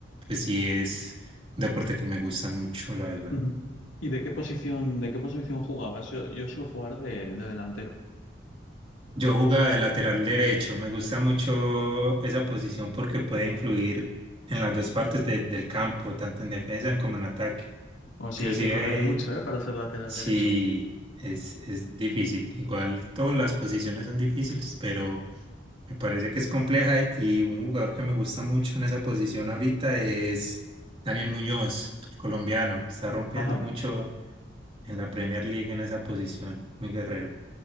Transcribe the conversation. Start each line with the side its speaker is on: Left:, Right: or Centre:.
Right: pues sí es un deporte que me gusta mucho, la verdad.
Left: Ujú. ¿Y de qué posición, de qué posición jugabas? Yo, yo suelo jugar de, de delantero.
Right: Yo jugaba de lateral derecho, me gusta mucho esa posición porque puede influir en las dos partes de- del campo, tanto en defensa como en ataque.
Left: O si
Right: Inclusive
Left: hay que correr mucho, ¿eh? Para ser lateral
Right: si
Left: derecho.
Right: es, es difícil, igual todas las posiciones son difíciles, pero me parece que es compleja y un jugador que me gusta mucho en esa posición ahorita es Daniel Muñoz, el colombiano, está rompiendo
Left: Ajá.
Right: mucho en la Premier League en esa posición, muy guerrero.